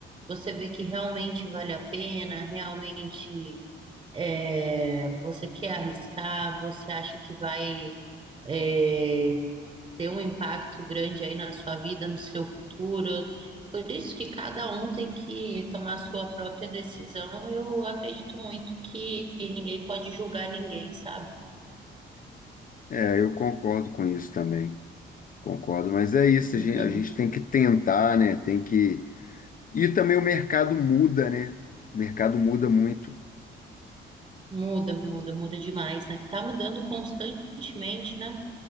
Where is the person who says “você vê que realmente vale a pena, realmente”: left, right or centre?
Right